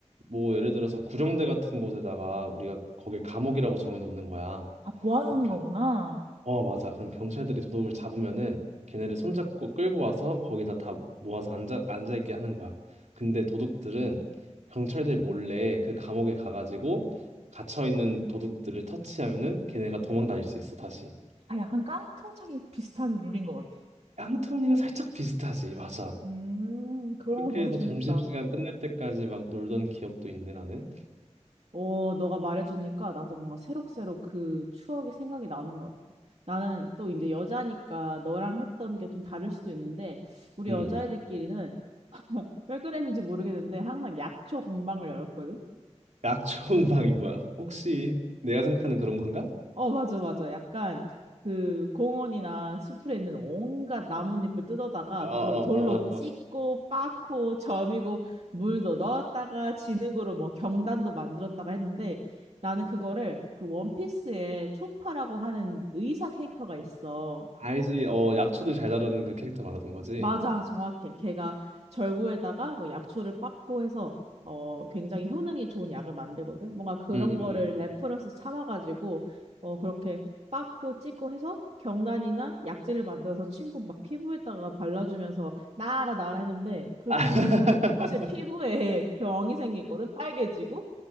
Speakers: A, on the right (about 80°); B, on the right (about 60°).
A: 뭐 예를 들어서 구령대 같은 곳에다가 우리가 거길 감옥이라고 정해놓는 거야.
B: 아, 모아놓는
A: 그
B: 거구나.
A: 어, 맞아. 그럼 경찰들이 도둑을 잡으면은 걔네를 손잡고 끌고 와서 거기다 다 모아서 앉아, 앉아 있게 하는 거야. 근데 도둑들은 경찰들 몰래 그 감옥에 가가지고 갇혀 있는 도둑들을 터치하면은 걔네가 도망 다닐 수 있어, 다시.
B: 아, 약간 깡통차기 비슷한 룰인 것 같아.
A: 깡통이랑 살짝 비슷하지, 맞아.
B: 음, 그런
A: 그렇게
B: 거 너무
A: 해서
B: 재밌다.
A: 점심시간 끝날 때까지 막 놀던 기억도 있네, 나는.
B: 어, 너가 말해주니까 나도 뭔가 새록새록 그 추억이 생각이 나는 것 같아. 나는 또 이제 여자니까 너랑 했던 게 좀 다를 수도 있는데, 우리
A: 응,
B: 여자애들끼리는
A: 응.
B: <laughs> 왜 그랬는지 모르겠는데, 항상 약초 공방을 열었거든?
A: 약초음방이 뭐야? 혹시 내가 생각하는 그런 건가?
B: 어, 맞아, 맞아. 약간 그 공원이나 숲에 있는 온갖 나뭇잎을 뜯어다가
A: 어어어어
B: 그걸 돌로 찢고 빻고 점이고 물도 넣었다가 진흙으로 뭐 경단도 만들었다가 했는데 나는 그거를 그 원피스에 초파라고 하는 의사 캐릭터가 있어.
A: 알지 어 약초들 잘 다루는 그 캐릭터 말하는 거지
B: 맞아, 정확해. 걔가 절구에다가 뭐 약초를 빻고 해서 어 굉장히 효능이 좋은 약을 만들거든. 뭔가 그런
A: 음, 음,
B: 거를
A: 음.
B: 레퍼런스 삼아가지고 어 그렇게 빻고 찢고 해서 경단이나 약재를 만들어서 친구 막 피부에다가 발라주면서 나아라 나아라 했는데 그렇게
A: 아, <laughs>
B: 하면은 사실 피부에 <laughs> 병이 생기거든. 빨개지고.